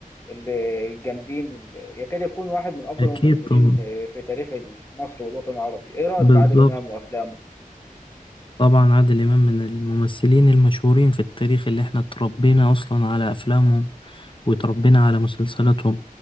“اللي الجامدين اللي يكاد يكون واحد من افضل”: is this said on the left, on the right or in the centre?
Left